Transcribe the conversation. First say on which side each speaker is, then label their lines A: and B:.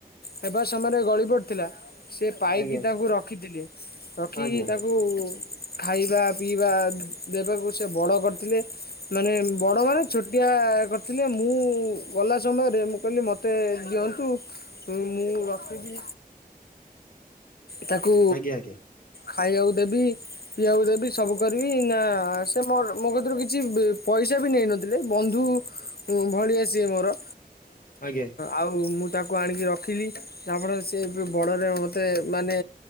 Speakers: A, on the left; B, on the left.
A: ହେବା ସମୟରେ ଗଳି ପଡ଼ିଥିଲା। ସେ ପାଇକି
B: ଆଜ୍ଞା
A: ତାକୁ ରଖିଥିଲେ। ରଖିକି
B: ଆଜ୍ଞା
A: ତାକୁ ଖାଇବା ପିଇବା ଦେବାକୁ ସେ ବଡ଼ କରିଥିଲେ ମାନେ ବଡ଼ମାନେ ଛୋଟିଆ କରିଥିଲେ ମୁଁ ଗଲା ସମୟରେ ମୁଁ କହିଲି ମୋତେ ଦିଅନ୍ତୁ ମୁଁ ରଖିବି ତାକୁ
B: ଆଜ୍ଞା ଆଜ୍ଞା
A: ଖାଇବାକୁ ଦେବି। ପିଇବାକୁ ଦେବି ସବୁ କରିବି ନା ସେ ମୋ ମୋ କତିରୁ କିଛି ବି ପଇସ ସା ବି ନେଇନଥିଲେ ବନ୍ଧୁ ଭଳିଆ ସିଏ ମୋର।
B: ଆଜ୍ଞା
A: ଆଉ ମୁଁ ତାକୁ ଆଣିକି ରଖିଲି। ଯାହାଫଳରେ ସେ ବଡ଼ରେ ମତେ ମାନେ